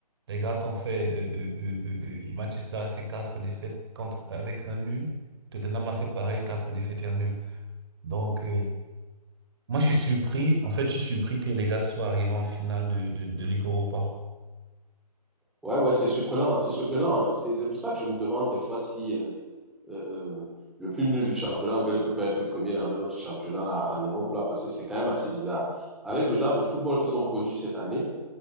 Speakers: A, on the right; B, in the centre.
A: les gars t'ont fait, euh, euh, euh, euh, euh, Manchester a fait quatre défaites contre, avec un nul. Tottenham a fait pareil, quatre défaites et un nul. Donc, euh, moi, je suis surpris. En fait, je suis surpris que les gars soient arrivés en finale de, de, de Ligue Europa.
B: Ouais, ouais, c'est surprenant, c'est surprenant. C'est c'est pour ça que je me demande des fois si euh, euh, euh, le plus nul du championnat anglais ne peut pas être premier dans un autre championnat en Europe, là, parce que c'est quand même assez bizarre. Avec le genre de football qu'ils ont produit cette année,